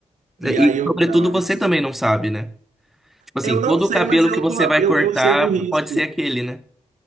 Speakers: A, in the centre; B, on the right.
A: É,
B: E
A: E,
B: aí eu,
A: sobretudo,
B: não, eu
A: você
B: preciso,
A: também não sabe, né? Tipo assim,
B: eu não
A: todo
B: sei,
A: o cabelo
B: mas eu
A: que você
B: tô,
A: vai
B: eu,
A: cortar
B: eu sei do risco.
A: pode ser aquele, né?